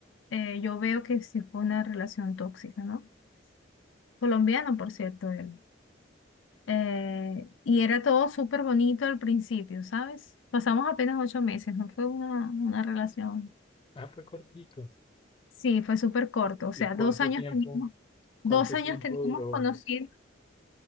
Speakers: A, on the left; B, on the left.
A: eh, yo veo que sí fue una relación tóxica, ¿no? Colombiano, por cierto, él. Eh, y era todo súper bonito al principio, ¿sabes? Pasamos apenas ocho meses, no fue una, una relación.
B: Ah, fue cortico.
A: Sí, fue súper corto, o sea,
B: ¿Y cuánto
A: dos años
B: tiempo?
A: teníamos,
B: ¿Cuánto
A: dos años
B: tiempo
A: teníamos
B: duró?
A: conociendo,